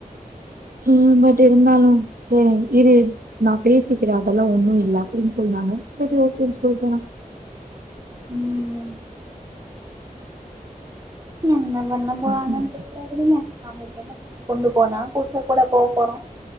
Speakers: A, on the right (about 90°); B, on the right (about 25°).
A: ம் பட் இருந்தாலு செரி இரு நா பேசிக்கிறே அதெல்லா ஒண்ணு இல்ல அப்படின் சொன்னாங்க சரி ஓகேன் சொல்ட்ட நா
B: ம் என்ன பண்ண போறாங்கன்
A: ம்ஹும்
B: தெரில உடுங்க நம்ளுக்கென்ன கொண்டு போனா புருசன் கூட போ போறோ